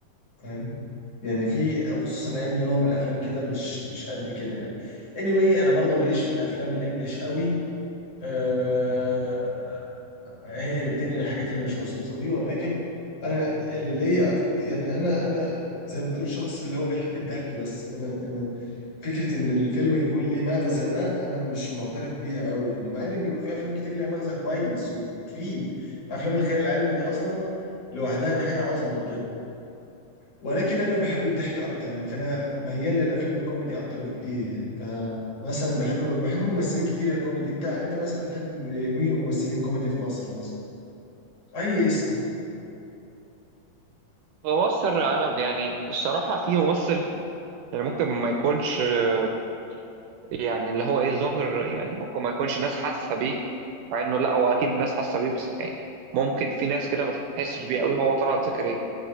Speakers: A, on the left; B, on the right.
A: فاهم يعني في خصوصا الايام دي نوع من الافلام كده مش مش قد كده يعني anyway انا برضه ماليش في الافلام الانجليش قوي أه هي اللي بتنقل الحاجات اللي مش مظبوطه دي ولكن انا اللي ليا أكتر يعني انا انا زي ما تقول شخص اللي هو بيحب الضحك بس انا انا فكره ان الفيلم يكون ليه مغزى ده انا مش معترف بيها قوي يعني مع ان بيبقى في افلام كتير ليها مغزى كويس وبتفيد افلام الخيال العلمي دي اصلا لوحدها دي حاجه عظمه بجد ولكن انا بحب الضحك اكتر يعني فانا ميال للافلام الكوميدي اكتر بكتير يعني فمثلا بحب بحب ممثلين كتير يا كوميدي انت انت مثلا بتحب مين ممثلين كوميدي في مصر مثلا اي اسم
B: ممثل انا يعني الصراحه في ممثل يعني ممكن ما يكونش آه، يعني اللي هو ايه ظاهر يعني ممكن ما يكونش الناس حاسه بيه مع انه لا هو اكيد الناس حاسه بيه بس يعني ممكن في ناس كده ما تحسش بيه قوي هو طلعت زكريا